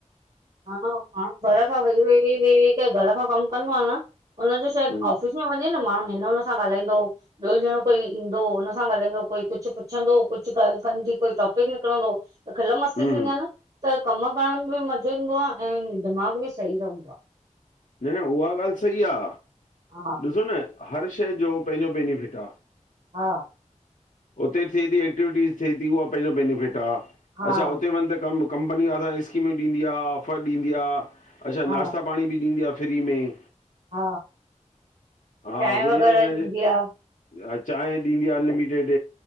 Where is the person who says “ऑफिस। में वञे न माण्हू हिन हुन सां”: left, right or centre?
Right